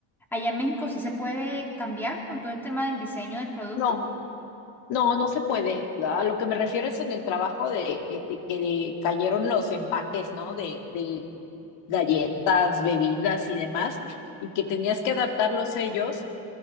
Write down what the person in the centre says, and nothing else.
Allá en México sí se puede cambiar con todo el tema del diseño del producto.